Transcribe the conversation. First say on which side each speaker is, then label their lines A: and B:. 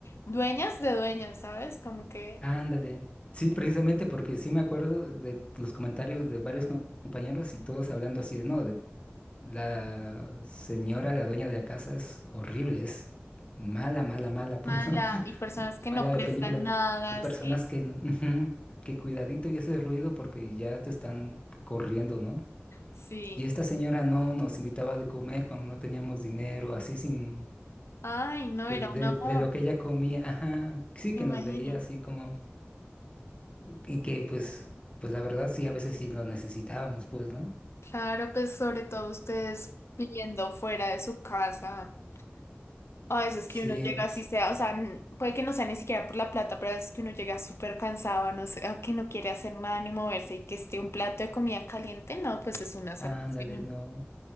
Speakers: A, on the left (about 75°); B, on the left (about 30°).
A: dueñas de dueñas, ¿sabes? Como que
B: ándale. Sí, precisamente porque sí me acuerdo de los comentarios de varios com- compañeros y todos hablando así de, no, de La señora, la dueña de la casa es horrible, es mala, mala, mala, pues,
A: mala
B: ¿no? <laughs>
A: y personas que
B: Mala
A: no prestan
B: de película.
A: nada,
B: Y personas
A: sí,
B: que no, ujú, que cuidadito y hace ruido porque ya te están corriendo, ¿no?
A: sí.
B: Y esta señora no nos invitaba de comer cuando no teníamos dinero, así sin...
A: Ay, no,
B: De,
A: era
B: de,
A: un amor,
B: de lo que ella comía, ajá. Sí,
A: me
B: que
A: imagino.
B: nos veía así como... Y que pues, pues la verdad sí, a veces sí lo necesitábamos, pues, ¿no?
A: Claro, pues sobre todo ustedes viviendo fuera de su casa. A veces que
B: Sí,
A: uno llega así sea, o sea, n- puede que no sea ni siquiera por la plata, pero a veces que uno llega súper cansado, no sé, o que no quiere hacer nada ni moverse y que esté un plato de comida caliente, no, pues es una salvación.
B: ándale, no.